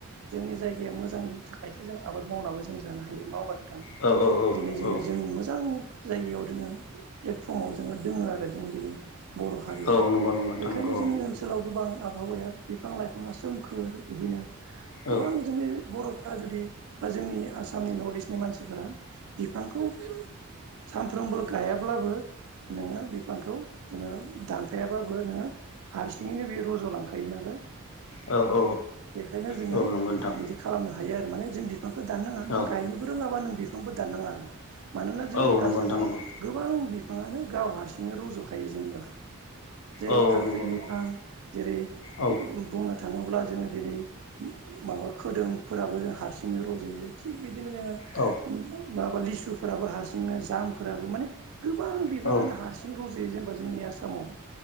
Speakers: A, on the right; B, on the left.
A: जोंनि जायगाया मोजांनि थाखायसो जों आबाद मावनाबो जों जानो हायो नङा होनोमबा नों थां
B: औ औ औ
A: दिनै जोङो
B: औ
A: जों मोजां जायगायाव जोङो प्लेटफर्माव जोङो दोङो आरो जों दिनै बर' हारिया
B: औ नंगौ नंगौ नोंथां
A: बेखायनो
B: नंगौ
A: जोंनि ओनसोलाव गोबां आबहावाया बिफां लाइफाङा सोमखोर बिदिनो गोबां
B: औ
A: जोंनि बर' फोरा जुदि बा जोंनि आसामनि नर्थ इस्टनि मानसिफोरा बिफांखौ सानफ्रोमबो गायाब्लाबो नोङो बिफांखौ जोङो दानफायाबाबो नोङो हारसिङैनो बे रज'लांखायो नालाय
B: औ औ
A: बेखायनो जोङो
B: औ औ नंगौ
A: बिदि
B: औ नोंथां
A: खालामनो हायो आरो माने जों बिफांखौ दाननाङा नों
B: औ
A: गायनोबो रोङाबा नों बिफांबो दाननाङा आरो। मानोना जोंनि
B: औ नंगौ
A: आसामाव
B: नोंथां नंगौ
A: गोबां बिफाङानो गाव हारसिं रज'खायो जेनेबा। जेरै
B: औ औ
A: फाख्रि
B: नंगौ
A: बिफां
B: नंगौ
A: जेरै
B: औ
A: बुंनो थाङोब्ला जोङो दिनै माबा खोदोमफोराबो जों हारसिङै रज'यो थिग बिदिनो जोङो
B: औ
A: माबा लि गसुफोराबो हारसिंनो जामफोराबो माने गोबां बिफाङानो
B: औ
A: हारसिं रज'यो जों जोंनि आसामाव